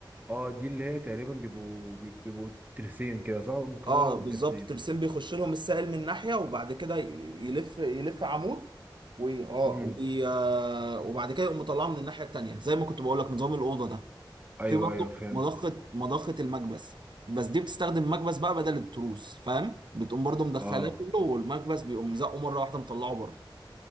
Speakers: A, on the right; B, on the right.
A: اه دي اللي هي تقريبا بيبقوا بيبقوا ترسين كده صح مكونة
B: اه
A: من
B: بالظبط
A: ترسين
B: الترسين بيخش لهم السائل من ناحيه وبعد كده ي- يلف يلف عمود وي... اه
A: امم
B: وي... آه، وبعد كده يقوم مطلعه من الناحيه التانيه زي ما كنت بقول لك نظام الاوضه ده
A: ايوه
B: في برضه
A: ايوه فهمت
B: مضخه مضخه المكبس بس دي بتستخدم مكبس بقى بدل التروس فاهم بتقوم برضه مدخلاه
A: اه
B: كله والمكبس بيقوم زقه مره واحده مطلعه بره